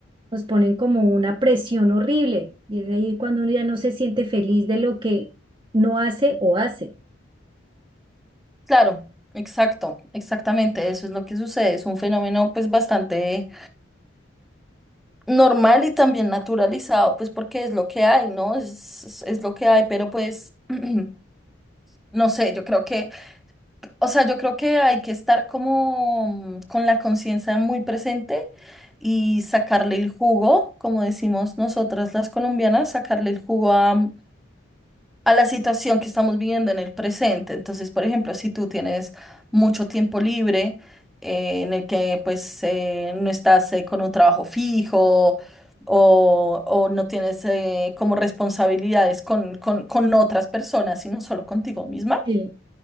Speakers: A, on the right; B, in the centre.
A: nos ponen como una presión horrible y es ahí cuando uno ya no se siente feliz de lo que no hace o hace.
B: claro, exacto, exactamente, eso es lo que sucede, es un fenómeno pues bastante normal y también naturalizado, pues porque es lo que hay, ¿no? Es, es es lo que hay, pero pues, <clears throat> no sé, yo creo que O sea, yo creo que hay que estar como mm, con la conciencia muy presente y sacarle el jugo, como decimos nosotras las colombianas, sacarle el jugo a, mm, a la situación que estamos viviendo en el presente. Entonces, por ejemplo, si tú tienes mucho tiempo libre eh, en el que pues eh, no estás eh, con un trabajo fijo o, o no tienes eh, como responsabilidades con, con, con otras personas, sino solo contigo misma,
A: Sí,